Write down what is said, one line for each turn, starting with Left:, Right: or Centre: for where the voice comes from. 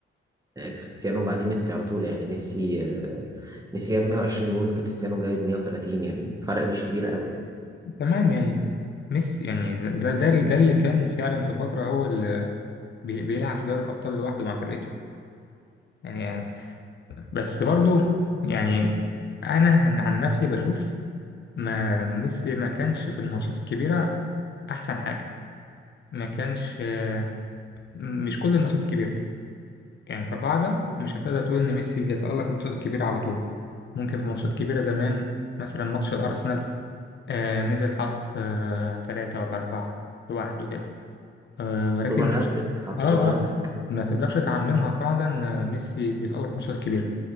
Right: آه، كريستيانو بعديه ميسي على طول يعني ميسي آه، ميسي جايب 120 جون كريستيانو جايب 130 يعني فرق مش كبير قوي يعني
Left: تمام يعني ميسي يعني ده ده ده اللي كان فعلا في فترة هو اللي بي- بيلعب في دوري الابطال لوحده مع فرقته يعني يعني بس برضو يعني انا عن نفسي بشوف ما ميسي ما كانش في الماتشات الكبيرة احسن حاجة ما كانش آه، مش كل الماتشات الكبيرة يعني كقاعدة مش هتقدر تقول إن ميسي بيتألق في الماتشات الكبيرة على طول ممكن في ماتشات كبيرة زمان مثلا ماتش الأرسنال آه نزل حط آه تلاتة ولا أربعة لوحده كده آه ولكن
Right: سوبر هاتريك حط
Left: آه
Right: سوبر
Left: آه
Right: هاتريك
Left: ما تقدرش تعممها قاعدة إن ميسي بيتألق في الماتشات الكبيرة